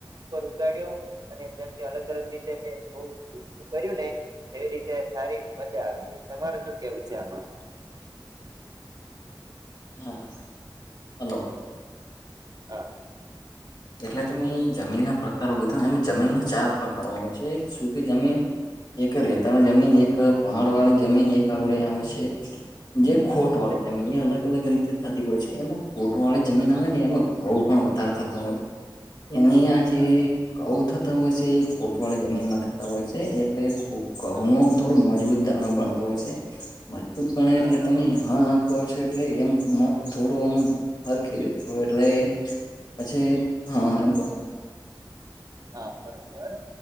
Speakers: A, on the right; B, on the left.
A: ઉપર ઉગાડ્યો અને જેમ કે અલગ અલગ રીતે મે કર્યું ને એવી રીતે સારી મજા આવે ગઈ. તમાર શું કેવું છે આમાં?
B: હા, હલો.
A: હા.
B: એટલે તમે જમીન પ્રકારો કીધા. જમીનના ચાર પ્રકારો આવે છે. એક શું કે જમીન એક રેતાની જમીન, એક પહાડવાળી જમીન, એક આપડે આવે છે. જે કોટવાળી જમીન, એ અલગ અલગ રીતે થતી હોય છે એમાં. કોટવાળી જમીન
A: હા
B: આવે ને એમાં ધઉ પણ વધારે થતા હોય. એની આ જે
A: હા હા
B: ધઉ થતા હોય છે, એ કોટવાળી જમીનમાં થતા હોય છે એટલે ઘઉ
A: હા
B: નો થોડો મજબૂત દાણો બણતો હોય છે. મજબૂત બને એટલે
A: હા હા
B: તમે હ કહું છું એટલે એમ થોડું આમ સરખી રીતે કહુ, એટલે પછી હા, એમ.
A: હા, બરોબર.